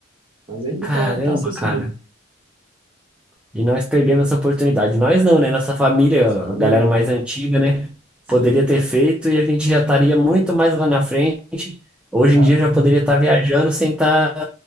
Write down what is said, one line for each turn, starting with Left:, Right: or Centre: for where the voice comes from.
Right: Mas ainda
Centre: Caramba,
Right: tá, tá acessível.
Centre: cara. E nós perdemos essa oportunidade. Nós não, né? Nossa família,
Right: Nossa
Centre: a
Right: família,
Centre: galera mais antiga,
Right: é...
Centre: né?
Right: Sim,
Centre: Poderia
Right: então.
Centre: ter feito e a gente já estaria muito mais lá na frente. Hoje
Right: Exato.
Centre: em dia já poderia estar viajando sem estar